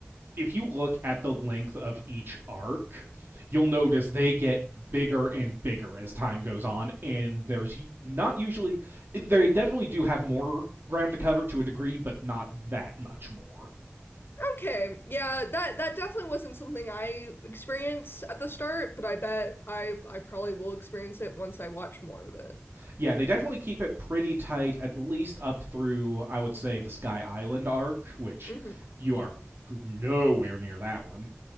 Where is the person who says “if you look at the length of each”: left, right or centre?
Right